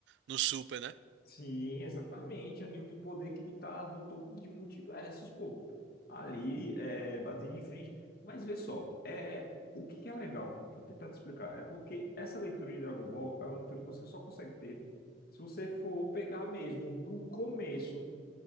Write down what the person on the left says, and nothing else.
Sim, exatamente. É o nível de poder que ele tá no topo de multiversos, pô. Ali, é, batendo de frente. Mas vê só, é, o que que é legal? Deixa eu tentar te explicar. É porque essa leitura de Dragon Ball é uma leitura que você só consegue ter se você for pegar mesmo do começo.